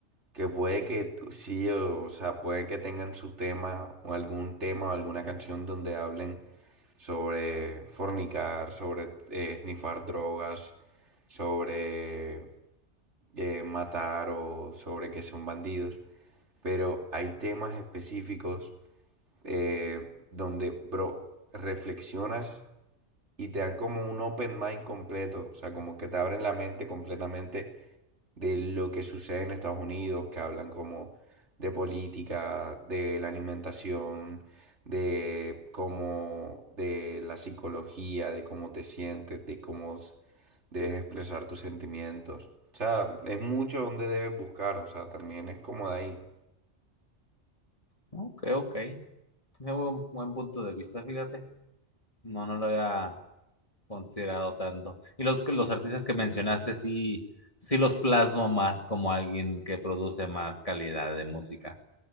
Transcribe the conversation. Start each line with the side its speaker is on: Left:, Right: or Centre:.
Right: que puede que tú- sí, o, o sea, puede que tengan su tema o algún tema o alguna canción donde hablen sobre fornicar, sobre eh, snifar drogas, sobre eh, matar o sobre que son bandidos, pero hay temas específicos eh, donde, bro, reflexionas y te dan como un open mind completo, o sea, como que te abren la mente completamente de lo que sucede en Estados Unidos, que hablan como de política, de la alimentación, de cómo, de la psicología, de cómo te sientes, de cómo s- debes expresar tus sentimientos. O sea, es mucho donde debes buscar, o sea, también es como de ahí.
Left: Ok, ok. Tiene buen, buen punto de vista, fíjate. No, no lo había considerado tanto. Y los, los artistas que mencionaste sí, sí los plasmo más como alguien que produce más calidad de música.